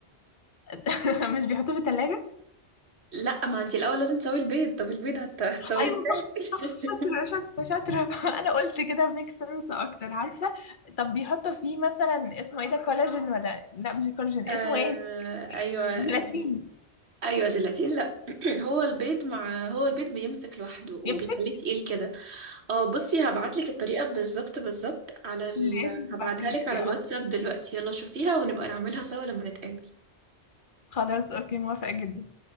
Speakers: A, on the left (about 50°); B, on the right (about 70°).
A: <laughs> مش بيحطوه في التلاجة
B: لا ما انت الاول لازم تسوي البيض طب البيض هت... هتسويه
A: ايوه
B: ازاي
A: صح صح شاطرة
B: <laughs>
A: شاطرة شاطرة <laughs> انا قلت كده ميك سنس اكتر عارفة طب بيحطوا فيه مثلا اسمه ايه ده كولاجين ولا لا مش الكولاجين
B: آه
A: اسمه ايه
B: ايوه
A: الكرياتين
B: ايوه جيلاتين لا <clears throat> هو البيض مع هو البيض بيمسك لوحده وبيخليه
A: يمسك
B: تقيل كده اه بصي هبعت لك الطريقه بالظبط بالظبط على ال...
A: اللي لازم
B: هبعتها
A: تبعتيها
B: لك على
A: لي
B: الواتساب
A: اه
B: دلوقتي يلا شوفيها ونبقى نعملها سوا لما نتقابل
A: خلاص اوكي موافقة جدا